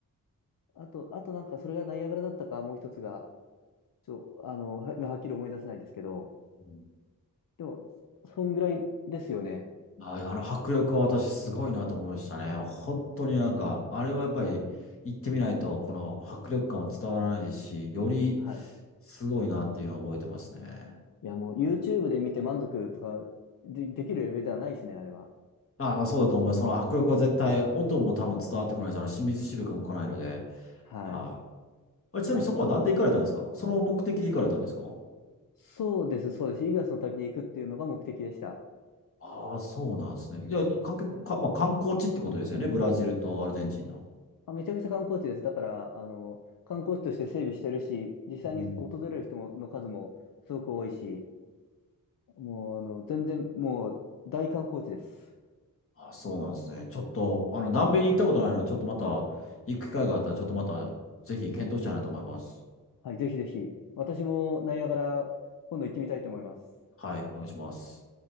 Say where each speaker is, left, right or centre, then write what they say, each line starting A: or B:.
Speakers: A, on the left (about 70°); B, on the left (about 40°).
A: あと、あとなんかそれがナイアガラだったか、もう一つが、ちょ、あの、は、はっきり思い出せないですけど、
B: うん
A: でも、そんぐらいですよね。
B: ああの迫力は私すごいなと思いましたね。
A: はい。
B: 本当になんか、あれはやっぱり行ってみないと、
A: はい。
B: この迫力感は伝わらないですし、より
A: はい。
B: すごいなっていうのを覚えてますね。
A: いや、もう YouTube で見て満足とかで、できるレベルではないですね、あれは。
B: ああ、まあそうだと思います。その迫力は絶対、音も多分伝わってこないし、あのし水しぶきも来ないので。
A: はい。
B: はい、あれちなみにそこは何で行かれたんですかその目的で行かれたんですか
A: あ、あ、そうです、そうです。イグアスの滝に行くっていうのが目的でした。
B: ああ、そうなんですね。いや、観光か、
A: ね。
B: まあ観光地ってことですよね。ブラジルとアルゼンチンの。
A: あ、めちゃくちゃ観光地です。だから、あの、観光地として整備してるし、実際に訪れる人もの数もすごく多いし、
B: うん
A: もう、あの、全然、もう、大観光地です。
B: あ、そうなんですね。ちょっと、あの、南米に行ったことないので、ちょっとまた、行く機会があったら、
A: はい。
B: ちょっとまた、ぜひ検討したいなと思います。
A: はい、ぜひぜひ。私もナイアガラ、今度行ってみたいと思います。
B: はい、お願いします。